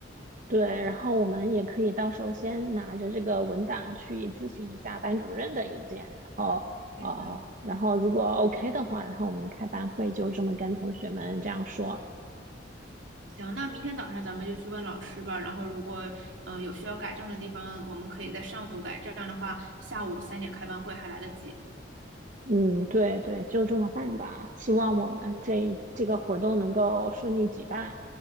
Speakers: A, on the right; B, on the right.
A: 对，然后我们也可以到时候先拿着这个文档去咨询一下班主任的意见，然后呃，
B: 对对，
A: 然后如果 OK 的话，然后我们开班会就这么跟同学们这样说。
B: 行，那明天早上咱们就去问老师吧。然后如果嗯、呃有需要改正的地方，我们可以在上午改。这样的话，下午三点开班会还来得及。嗯
A: 嗯，对对，就这么办吧。希望我们这这个活动能够顺利举办。